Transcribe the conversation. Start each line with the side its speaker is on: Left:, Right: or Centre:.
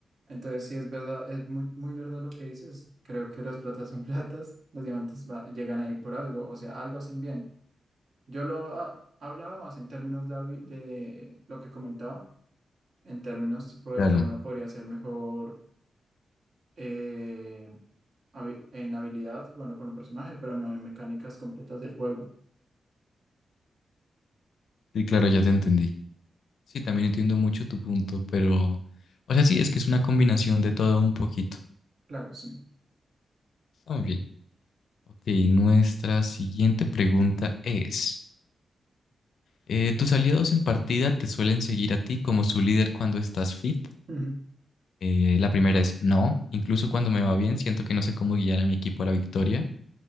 Right: Entonces, sí es verdad, es muy, muy verdad lo que dices. Creo que las platas son <laughs> platas, los diamantes va- llegan ahí por algo, o sea, algo hacen bien. Yo lo ah, hablaba más en términos de, habi- de lo que comentaba, en términos tipo de
Left: claro.
Right: que uno podría ser mejor. eh, habi- en habilidad, bueno, con un personaje, pero no en mecánicas completas del juego.
Left: Sí, claro, ya te entendí. Sí, también entiendo mucho tu punto, pero, o sea, sí, es que es una combinación de todo un poquito.
Right: Claro, sí.
Left: Está Muy bien. Ok, nuestra siguiente pregunta es, eh, ¿tus aliados en partida te suelen seguir a ti como su líder cuando estás fit?
Right: Ujú.
Left: Eh, la primera es no, incluso cuando me va bien, siento que no sé cómo guiar a mi equipo a la victoria.